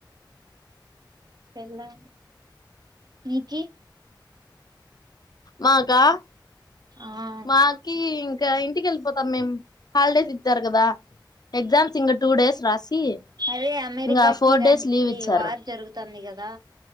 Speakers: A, on the right; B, on the left.
A: ఎలా నికి
B: మాక్ ఇంకా
A: ఆ
B: మాకి ఇం ఇంక ఇంటికి వెళ్ళిపో సార్ మేమ్ హాలిడేస్ ఇస్ జరగదా ఎగ్జామ్స్ ఇంగ టూ డేస్ రాసి
A: అదే అమెరికాకి
B: ఇంగ ఫోర్
A: ఇరాన్
B: డేస్
A: కి
B: లీవ్ ఇచ్చారు
A: వార్ జరుగుతాంది కదా